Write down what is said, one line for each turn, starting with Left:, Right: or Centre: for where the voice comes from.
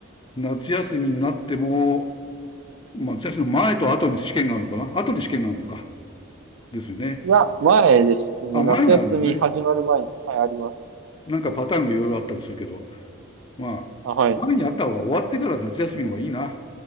Left: 夏休みになっても、まあ夏休みの前と後に試験があるのかな後に試験があるのか。ですよね。
Right: いや、前ですね。
Left: あ、前にあるのね。
Right: 夏休み始まる前に、はい、あります。
Left: なんかパターンがいろいろあったりするけど、まあ、
Right: あ、はい。
Left: 前にあった方が終わってから夏休みの方がいいな。